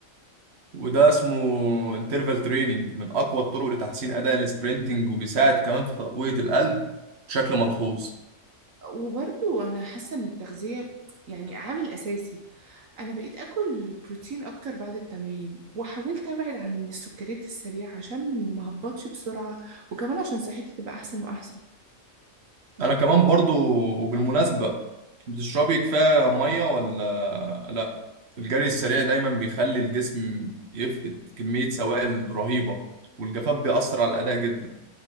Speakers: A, on the right; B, on the right.
A: وده اسمه انترفال تريننج من اقوى الطرق لتحسين اداء السبرنتنج وبيساعد كمان في تقوية القلب بشكل ملحوظ
B: وبرضو انا حاسه ان التغذيه يعني عامل اساسي انا بقيت اكل بروتين اكتر بعد التمرين وحاولت ابعد عن السكريات السريعه عشان ما هبطش بسرعه وكمان عشان صحتي تبقى احسن واحسن
A: انا كمان برضو وبالمناسبة بتشربي كفاية مية ولا لا الجري السريع دايما بيخلي الجسم يفقد كمية سوائل رهيبة والجفاف بيأثر على الأداء جدا